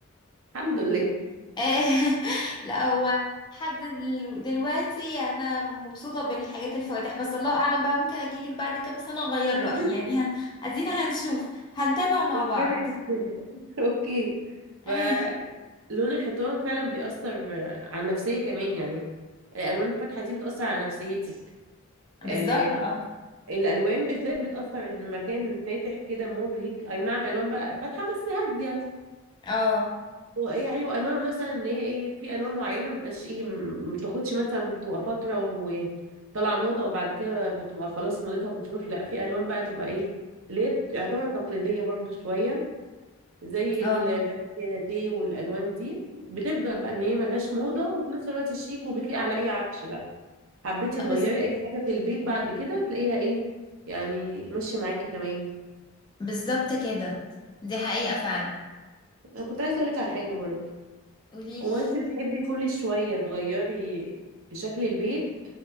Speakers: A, on the right (about 65°); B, on the left (about 20°).
A: الحمد لله
B: آه، <laughs> لا هو حد دل- دلوقتي انا مبسوطه بالحاجات الفواتح بس الله اعلم بقى ممكن اجيلك بعد كام سنه اغير
A: ربنا
B: رايي يعني هن... ادينا هنشوف هنتابع مع
A: ربنا
B: بعض
A: يستر <laughs> اوكي فلون
B: اي
A: الحيطان فعلا بيأثر على النفسيه كمان يعني الالوان الفاتحه دي بتأثر على نفسيتك
B: بالظبط
A: آه
B: اه
A: الالوان بالذات بتاثر ان المكان فاتح كده مبهج اي نعم الوان بقى فاتحه بس هاديه
B: اه
A: ويعني والوان مثلا ان هي ايه في الوان معينه مبقاش ايه ما بتاخدش مثلا بتبقى فتره وطالعه موضه وبعد كده بتبقى خلاص موضتها بتروح لا في الوان بقى تبقى ايه اللي هي يعتبر تقليديه برضو شويه زي
B: اه
A: الفانيليا لاتيه والالوان دي بتفضل بقى ان هي ملهاش موضه وفي نفس الوقت شيك وبتليق على اي عفش بقى حبيتي تغيري
B: بس
A: اي حاجه في البيت بعد كده تلاقيها ايه يعني ماشيه معاكي تمام
B: بالظبط كده دي حقيقه فعلا
A: انا كنت عايزه اقولك على حاجه برضه
B: قوليلي
A: هو انت بتحبي كل شويه تغيري في شكل البيت